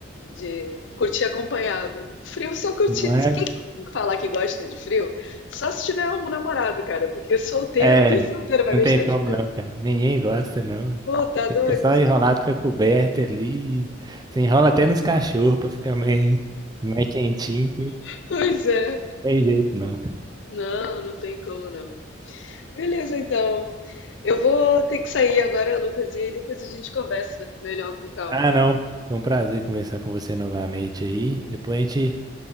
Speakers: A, on the left; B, on the right.
A: De curtir acompanhado. Frio só curtir.
B: Não é
A: Quem falar que gosta de frio, só se tiver um namorado, cara, porque solteiro,
B: É,
A: que solteiro vai
B: não
A: gostar
B: tem como
A: de frio?
B: não, cara. Ninguém gosta, não.
A: Pô, tá
B: Você
A: doido?
B: fica só
A: Você
B: enrolado
A: tá-
B: com a coberta ali. Você enrola até nos cachorros pra ficar mais, mais quentinho, que
A: <laughs> Pois é.
B: não tem jeito, não.
A: Não, não tem como não. Beleza, então. Eu vou ter que sair agora, Lucas, e aí depois a gente conversa melhor com calma.
B: Ah, não. Foi um prazer conversar com você novamente aí. Depois a gente.